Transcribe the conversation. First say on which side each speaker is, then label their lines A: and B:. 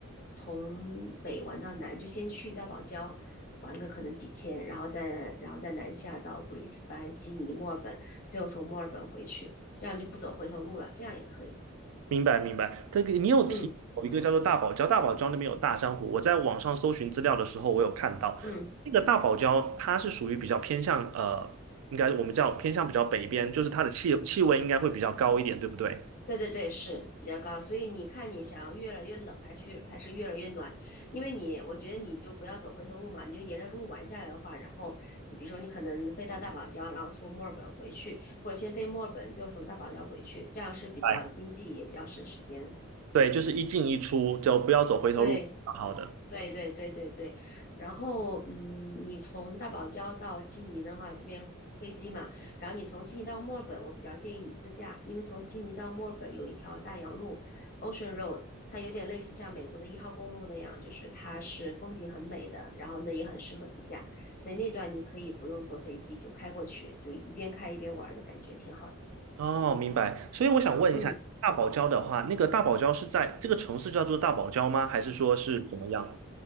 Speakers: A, on the left; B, on the right.
A: 从北玩到南，就先去到堡礁玩个可能几天，然后再然后再南下到布里斯班、悉尼、墨尔本，最后从墨尔本回去，这样就不走回头路了，这样也可以。
B: 明白明白。这个你有提到有一个叫做大堡礁，
A: 嗯
B: 大堡礁那边有大珊瑚，我在网上搜寻资料的时候，我有看到那个大堡礁，
A: 嗯。
B: 它是属于比较偏向呃，应该我们叫偏向比较北边，就是它的气气温应该会比较高一点，对不对？
A: 对对对，是比较高，所以你看你想要越来越冷还是越还是越来越暖，因为你我觉得你就不要走回头路嘛，你就沿着路玩下来的话，然后你比如说你可能飞到大堡礁，然后从墨尔本回去，或者先飞墨尔本，就从大堡礁回去，这样是比较经济也比较省时间。
B: 哎，对，就是一进一出，就不要走回头路，
A: 对，
B: 好的。
A: 对对对对对，然后嗯，你从大堡礁到悉尼的话，这边飞机嘛，然后你从悉尼到墨尔本，我比较建议你自驾，因为从悉尼到墨尔本有一条大洋路 （Ocean Road），它有点类似像美国的一号公路那样，就是它是风景很美的，然后呢也很适合自驾，所以那段你可以不用坐飞机就开过去，就一边开一边玩儿的感觉挺好的。
B: 哦，明白。所以我想问一下，
A: 嗯，
B: 大堡礁的话，那个大堡礁是在这个城市叫做大堡礁吗？还是说是怎么样？